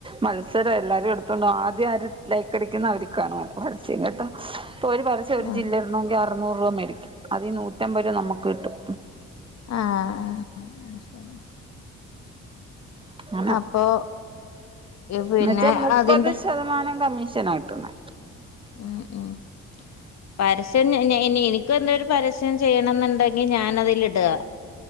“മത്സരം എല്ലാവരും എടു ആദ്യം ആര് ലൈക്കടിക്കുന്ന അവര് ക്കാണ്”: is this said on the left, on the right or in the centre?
Right